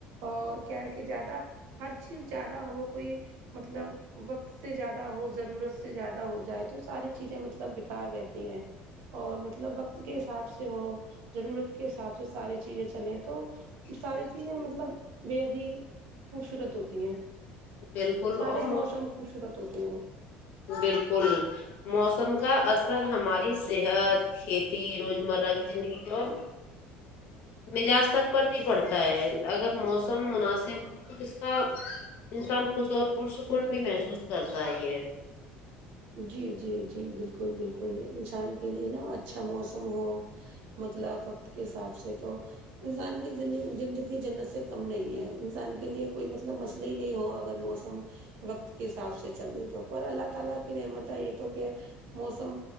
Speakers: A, on the right; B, on the left.
A: اور کیا ہے کہ زیادہ ہر چیز زیادہ ہو کوئی مطلب وقت سے زیادہ ہو ضرورت سے زیادہ ہو جائے تو ساری چیزیں مطلب بیکار رہتی ہیں اور مطلب وقت کے حساب سے ہو ضرورت کے حساب سے ساری چیزیں چلیں تو ساری چیزیں مطلب بےحد ہی خوبصورت ہوتی ہیں
B: بالکل
A: سارے
B: اور
A: موسم خوبصرت ہوتے ہیں
B: بالکل موسم کا اثر ہماری صحت کھیتی روزمرہ کی زندگی اور مزاج تک پر بھی پڑتا ہے اگر موسم مناسب ہو تو اس کا انسان خوش اور پرسکون بھی محسوس کرتا ہی ہے
A: جی جی جی بالکل بالکل انسان کے لیے نا اچھا موسم ہو مطلب وقت کے حساب سے تو انسان کی زندگی جنت سے کم نہیں ہے انسان کے لیے کوئی مطلب مس لے نہیں ہو اگر موسم وقت کے حساب سے چل رہ تو پر اللہ تعالی کہ نعمت <unintelligible> موسم